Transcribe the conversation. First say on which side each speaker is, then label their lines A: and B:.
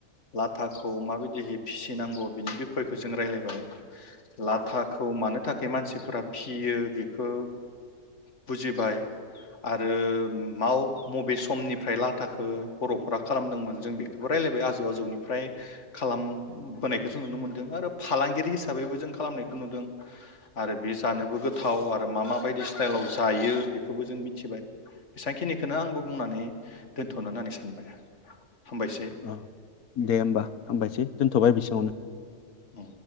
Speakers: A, on the left (about 55°); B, on the left (about 80°).
A: लाथाखौ माबखयदिहै फिसिनांगौ बिनि बि खयखौ जों रायलायबाय लाथाखौ मानो थाखाय मानसिफोरा फियो बेखौ बुजिबाय आरो मा मबे समनिफ्राय लाथाखौ बर'फोरा खालामदोंमोन जों बेखौबो रायलायबाय आजौ आजौनिफ्राय खालामबोनायखौ जों नुनो मोनदों। आरो फालांगिरि हिसाबैबो जों खालामनायखौ नुदों। आरो बे जानोबो गोथाव आरो मा माबायदि स्टाइलाव जायो बेखौबो जों मिथिबाय बेसेबांखिनिखौनो आंबो बुंनानै दोनथ'ना होननानै सानबाय। हामबायसै
B: औ दे होमबा हामबायसै दोन्थ'बाय बिसिङावनो।
A: औ।